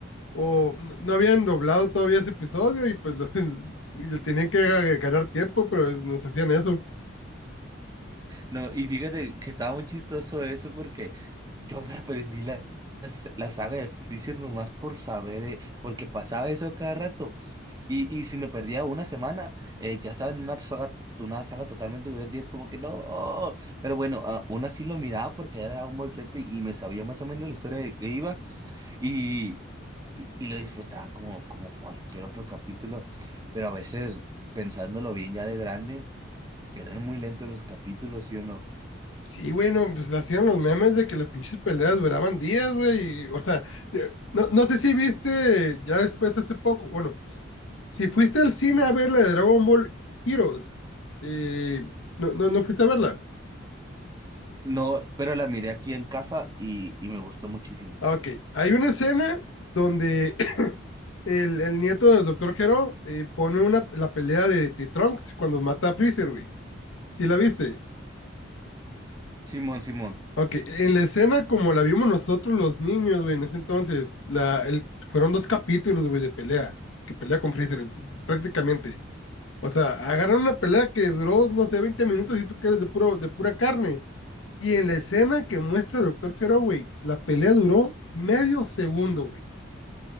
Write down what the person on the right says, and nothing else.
No, y fíjate que estaba muy chistoso eso porque yo me aprendí la, las- la saga de Freezer nomás por saber, eh, porque pasaba eso cada rato. Y, y si me perdía una semana, eh, ya estaba en una saga, una saga totalmente diferente y es como que no. Pero bueno, a- aún así lo miraba porque era Dragon Ball Z y y me sabía más o menos la historia de qué iba. Y, y, y lo disfrutaba como, como cualquier otro capítulo, pero a veces, pensándolo bien ya de grande, eran muy lentos los capítulos, ¿sí o no?
No, pero la miré aquí en casa y, y me gustó muchísimo.
Simón, Simón,